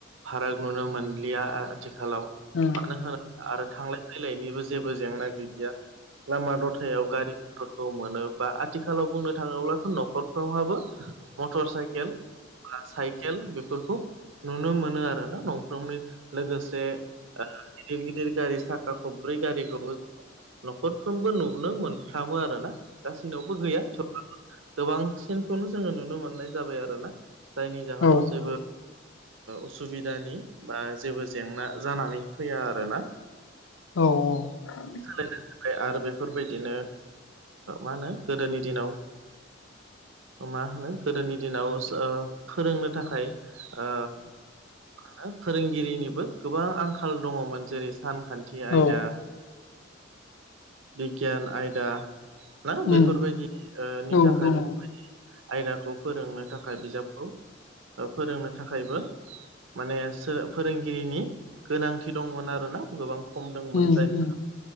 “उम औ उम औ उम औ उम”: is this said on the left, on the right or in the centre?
Left